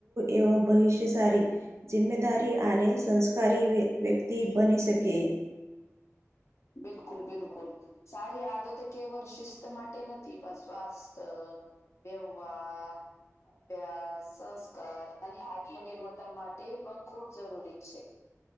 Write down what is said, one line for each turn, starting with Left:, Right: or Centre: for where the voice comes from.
Right: એવ ભવિષ્ય સારી જિમ્મેદારી અને, સંસ્કારી વ્યક્તિ બની શકે
Left: બિલકુલ, બિલકુલ સારી આદતોત કેવલ શિસ્ત માટે નથી પણ સ્વાસ્થ બેવવા. અભ્યાસ સંસ્કાર અને આત્મનિર્મતા માટે, પણ ખૂબ જરૂરી છે.